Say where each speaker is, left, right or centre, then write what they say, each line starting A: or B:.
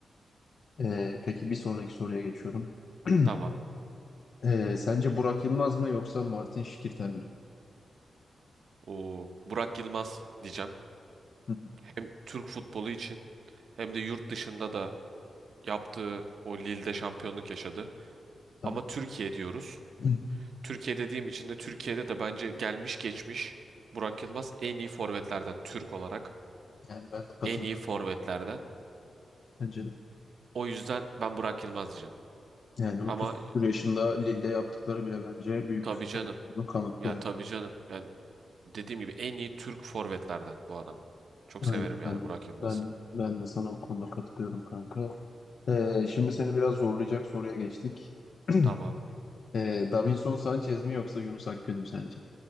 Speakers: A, on the left; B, on the right.
A: Ee, peki bir sonraki soruya geçiyorum. <clears throat>
B: Tamam.
A: Ee, sence Burak Yılmaz mı yoksa Martin Şikirten mi?
B: O Burak Yılmaz diyeceğim.
A: Hı,
B: Hem Türk futbolu için hem de yurt dışında da yaptığı o Lille'de şampiyonluk yaşadı.
A: Tabii.
B: Ama Türkiye diyoruz.
A: <clears throat>
B: Türkiye dediğim için de Türkiye'de de bence gelmiş geçmiş Burak Yılmaz en iyi forvetlerden Türk olarak
A: Yani ben de katılıyorum.
B: en iyi forvetlerden.
A: Bence de.
B: O yüzden ben Burak Yılmaz diyeceğim.
A: Yani 30
B: Ama
A: küsur yaşında Lille'de yaptıkları bile bence büyük
B: Tabii
A: bir futbol
B: canım.
A: olduğunu kanıtlıyor.
B: Ya tabii canım. Yani dediğim gibi en iyi Türk forvetlerden bu adam. Çok
A: Aynen
B: severim yani
A: ben,
B: Burak Yılmaz'ı.
A: ben, ben de sana bu konuda katılıyorum kanka. Ee, şimdi seni biraz zorlayacak soruya geçtik. <clears throat>
B: Tamam.
A: Ee, Davinson Sanchez mi yoksa Yunus Akgün mü sence?